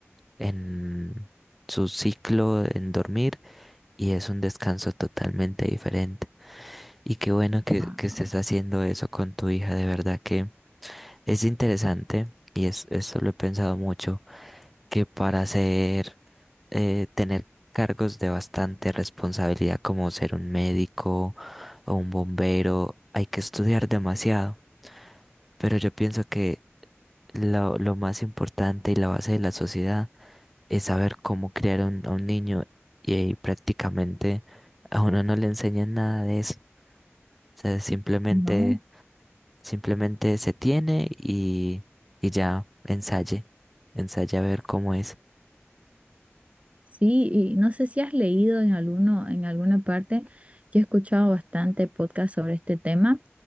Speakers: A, in the centre; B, on the right.
A: en su ciclo, en dormir, y es un descanso totalmente diferente. Y qué bueno que,
B: Wow,
A: que estés haciendo eso con tu hija, de verdad que es interesante, y es, eso lo he pensado mucho, que para ser, eh, tener cargos de bastante responsabilidad como ser un médico o un bombero, hay que estudiar demasiado, pero yo pienso que lo, lo más importante y la base de la sociedad es saber cómo criar a un, a un niño y, ahí prácticamente a uno no le enseñan nada de eso. O sea, simplemente,
B: no.
A: simplemente se tiene y, y ya ensaye, ensaye a ver cómo es.
B: Sí, y no sé si has leído en alguno, en alguna parte, yo he escuchado bastante podcast sobre este tema,